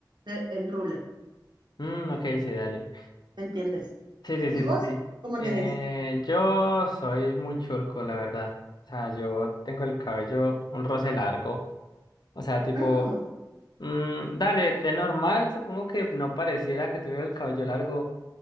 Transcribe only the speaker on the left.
Mm, ok, sí, dale.
Sí, sí, sí,
sí, sí.
Eh,
yo soy muy churco, la verdad. O sea, yo tengo el cabello un roce largo. O sea, tipo,
mm, dale, de normal supongo que no pareciera que tuviera el cabello largo,